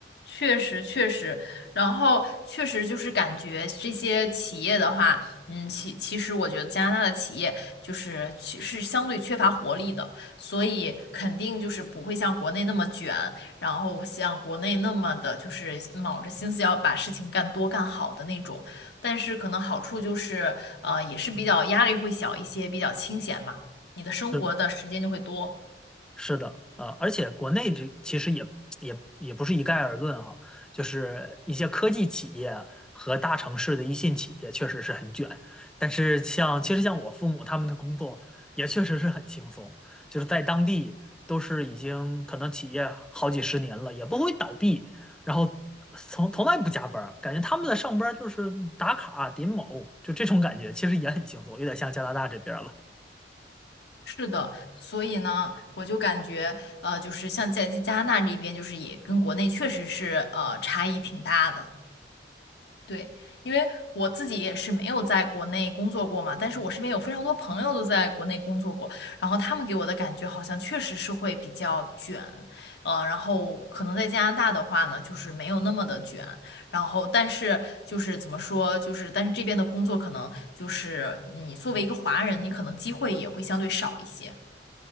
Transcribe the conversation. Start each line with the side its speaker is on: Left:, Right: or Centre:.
Left: 确实，确实，然后确实就是感觉这些企业的话，嗯，其其实我觉得加拿大的企业就是其是相对缺乏活力的，所以肯定就是不会像国内那么卷，然后像国内那么的就是卯着心思要把事情干多干好的那种。但是可能好处就是，呃，也是比较压力会小一些，比较清闲嘛，你的生活的时间就会多。
Centre: 是是的，呃，而且国内这其实也也也不是一概而论哈，就是一些科技企业和大城市的一线企业确实是很卷，但是像其实像我父母他们的工作也确实是很轻松，就是在当地都是已经可能企业好几十年了，也不会倒闭，然后从从来不加班儿感觉他们的上班儿就是打卡点卯，就这种感觉，其实也很轻松，有点像加拿大这边儿了
Left: 是的，所以呢，我就感觉，呃，就是像在在加拿大这边，就是也跟国内确实是呃差异挺大的。对，因为我自己也是没有在国内工作过嘛，但是我身边有非常多朋友都在国内工作过，然后他们给我的感觉好像确实是会比较卷，呃，然后可能在加拿大的话呢，就是没有那么的卷，然后但是就是怎么说，就是但是这边的工作可能就是你作为一个华人，你可能机会也会相对少一些。